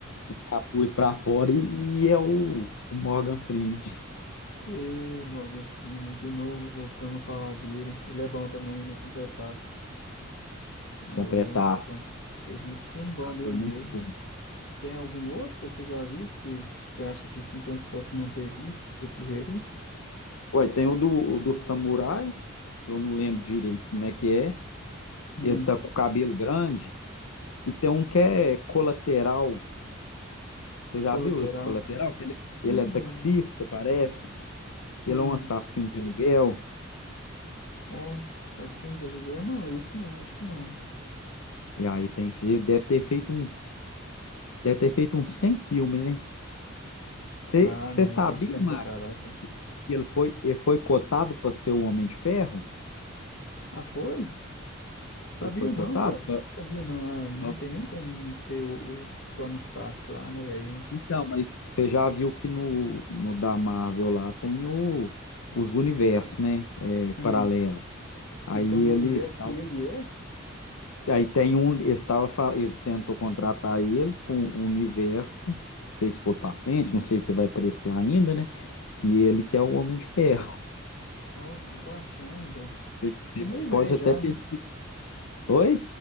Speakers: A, on the left (about 80°); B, on the left (about 60°).
A: o capuz pra fora e, e é o, o Morgan Freeman
B: e Morgan Freeman, de novo, voltamos a falar dele. Ele é bom também, né? Completar. É,
A: completar.
B: rapaz. Tem muitos filmes bons
A: Captou
B: dele
A: muito
B: mesmo.
A: bem.
B: Tem algum outro que você já viu que você, você acha que sim que eu posso não ter visto? Pra você sugerir?
A: Ué, tem o do, o do Samurai, eu não lembro direito como é que é.
B: Hum,
A: Ele tá com o cabelo grande. E tem um que é colateral. Você já
B: Colateral.
A: viu esse colateral? Que ele,
B: Hum,
A: ele é taxista, parece. Ele
B: hum,
A: é um assassino de aluguel.
B: ó, Assassino de Aluguel? Não, isso não, acho que não.
A: E aí tem, ele deve ter feito um, deve ter feito uns 100 filmes, né? Você
B: Ah,
A: você
B: não,
A: sabia,
B: ele fez filme
A: Marcos,
B: pra caraca.
A: que, que ele foi, ele foi cotado para ser o Homem de Ferro?
B: Ah, foi? Sabia
A: Ele foi
B: não,
A: cotado?
B: cara.
A: pra-
B: Sabia não. Ah, não
A: pra-
B: tem nem como não ser o, o Tony Stark lá, né, velho?
A: Então, mas você já viu que no, no da Marvel lá tem o, os universos, né? É, paralelo.
B: Hum.
A: Aí
B: E tem um
A: eles
B: universo que ele é?
A: Aí tem um, eles, tava, eles tentou contratar ele para um universo, não sei se foi para frente, não sei se vai aparecer ainda, né? Que ele que é o Homem de Ferro.
B: Ó, que bacana, cara.
A: Você você
B: Tá meio
A: pode
B: velho
A: até
B: já,
A: pensar.
B: né?
A: Oi?